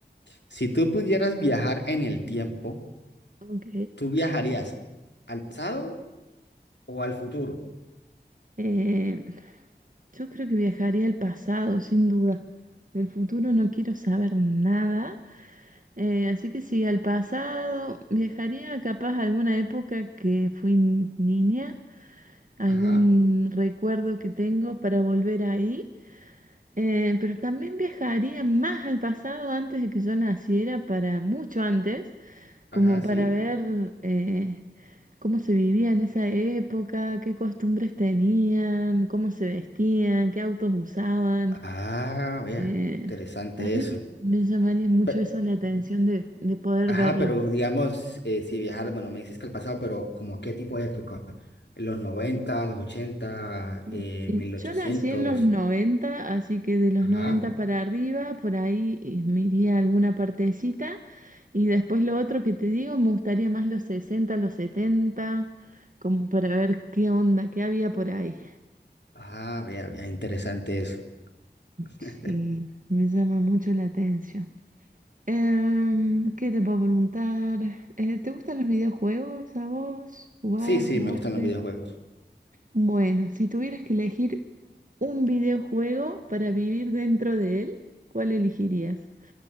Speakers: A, on the left (about 80°); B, on the right (about 50°).
A: Si tú pudieras viajar en el tiempo,
B: ok.
A: ¿tú viajarías al pasado o al futuro?
B: Eh, yo creo que viajaría al pasado, sin duda. Del futuro no quiero saber nada. Eh, así que sí, al pasado viajaría capaz a alguna época que fui ni- niña, algún
A: Ajá.
B: recuerdo que tengo para volver ahí. Eh, pero también viajaría más al pasado antes de que yo naciera, para mucho antes
A: Ajá,
B: como
A: sí.
B: para ver eh, cómo se vivía en esa época, qué costumbres tenían, cómo se vestían, qué autos usaban.
A: Ah, vea,
B: Eh,
A: interesante
B: también
A: eso.
B: me llamaría mucho
A: Pe-
B: eso la atención de, de poder
A: ajá,
B: verlo.
A: pero digamos, eh, si viajar, bueno, me dices que al pasado, pero ¿como qué tipo de época? ¿Los 90, los 80,
B: Y-
A: eh,
B: y
A: mil ochocientos.
B: yo nací en los 90 así que de los
A: Ajá.
B: noventa para arriba, por ahí eh, me iría a alguna partecita. Y después lo otro que te digo, me gustaría más los 60 los 70 como para ver qué onda, qué había por ahí.
A: Ah, vea, vea, interesante eso. <laughs>
B: Sí, me llama mucho la atención. Em, ¿qué te puedo preguntar? Eh, ¿te gustan los videojuegos a vos? ¿Jugás,
A: Sí, sí,
B: jugaste?
A: me gustan los videojuegos.
B: Bueno, si tuvieras que elegir un videojuego para vivir dentro de él, ¿cuál elegirías?